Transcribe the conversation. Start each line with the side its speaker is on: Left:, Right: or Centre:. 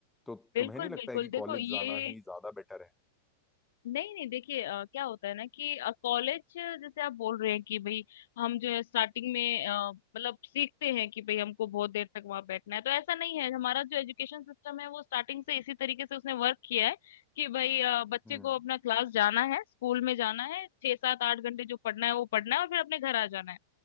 Centre: तो
Left: बिल्कुल
Centre: तुम्हें नहीं लगता
Left: बिल्कुल
Centre: है कि
Left: देखो
Centre: कॉलेज
Left: ये
Centre: जाना ही ज्यादा बेटर है
Left: नहीं नहीं देखिए अ, क्या होता है ना कि कॉलेज जैसे आप बोल रहे हैं कि भाई हम जो है स्टार्टिंग में अ, मतलब सीखते हैं कि भाई हमको बहुत देर तक वहां बैठना है तो ऐसा नहीं है हमारा जो एजुकेशन सिस्टम है वो स्टार्टिंग से इसी तरीके से उसने वर्क किया है कि भाई अ, बच्चे
Centre: हम्म
Left: को अपना क्लास जाना है स्कूल में जाना है छह सात आठ घंटे जो पढ़ना है वो पढ़ना है और फिर अपने घर आ जाना है